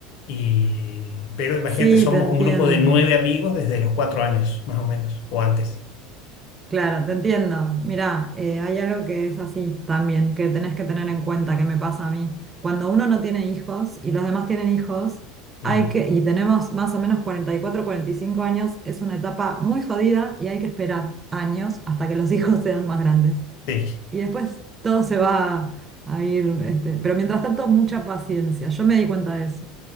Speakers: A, on the left; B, on the right.
A: Y, pero imagínate,
B: sí,
A: somos
B: te entiendo.
A: un grupo de nueve amigos desde los cuatro años, más o menos, o antes.
B: Claro, te entiendo. Mirá, eh, hay algo que es así también, que tenés que tener en cuenta, que me pasa a mí. Cuando uno no tiene hijos y los demás tienen hijos,
A: Sí,
B: hay que, y tenemos más o menos cuarenta cuarenta y cuatro, cuarenta y cinco años, es una etapa muy jodida y hay que esperar años hasta que los <laughs> hijos sean más grandes.
A: sí,
B: Y después todo se va a ir, este, pero mientras tanto, mucha paciencia. Yo me di cuenta de eso.